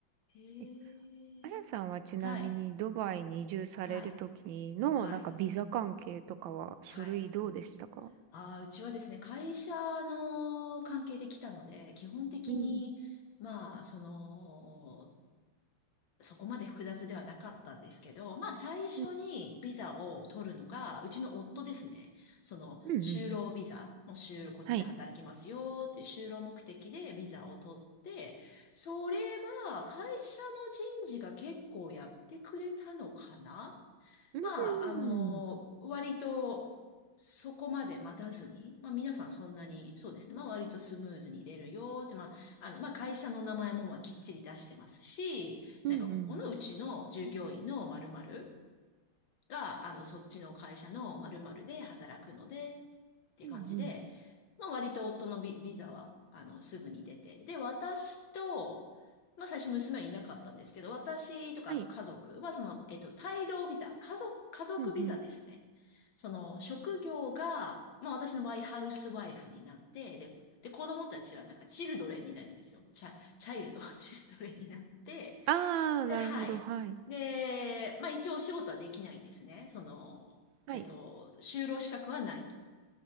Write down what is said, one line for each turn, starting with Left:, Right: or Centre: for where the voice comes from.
Left: へえ。
Right: え、あやさんはちなみにドバイに移住される時の、
Left: はい。はい、はい、
Right: なんかビザ関係とかは書類どうでしたか
Left: はい。ああ、うちはですね、会社の関係で来たので、基本的に、
Right: うん。
Left: まあ、その、そこまで複雑ではなかったんですけど、まあ最初にビザを取るのが、
Right: うん。
Left: うちの夫ですね。その就労ビザ、
Right: うんうん。
Left: もう就、こっちで働きますよっていう就労目的でビザを取って、
Right: はい。
Left: それは会社の人事が結構やってくれたのかな
Right: う
Left: まあ、あの、
Right: ん。
Left: 割と、そこまで待たずに、まあ皆さんそんなに、そうですね、まあ割とスムーズに出るよって、まあ、あの、まあ会社の名前もまあきっちり出してますし、
Right: うんうん。
Left: なんかここのうちの従業員の〇〇
Right: うんうん。
Left: が、あの、そっちの会社の〇〇で働くので、って感じで、
Right: うんうん。
Left: まあ割と夫のビ、ビザは、あの、すぐに出て。で、私と、まあ最初娘はいなかったんですけど、私とかあと家族はその、
Right: はい
Left: えっと、帯同ビザ、家族、家族ビザですね。
Right: うんうん。
Left: その、職業が、まあ私の場合ハウスワイフになって、で、で、子供たちはなんかチルドレンになるんですよ。チャ、チャイルド、<laughs> チルドレンになって、
Right: ああ、
Left: で、
Right: なるほど。
Left: はい。
Right: はい。
Left: で、まあ一応お仕事はできないんですね。その、
Right: はい。
Left: えっと、就労資格はないと。